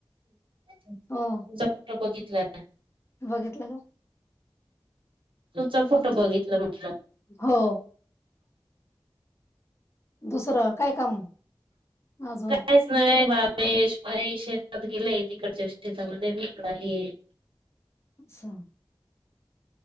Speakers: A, on the right (about 65°); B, on the left (about 30°).
A: तुमचा
B: हो
A: फोटो बघितला ना.
B: बघितलं का
A: तुमचा फोटो
B: हम्म.
A: बघितलं म्हटलं.
B: हो दुसरं काय काम. अजून
A: काहीच नाही बाबेश परेश. आता गेलाय त तिकडच्या शेतामध्ये मी इकड आली आहे.
B: सा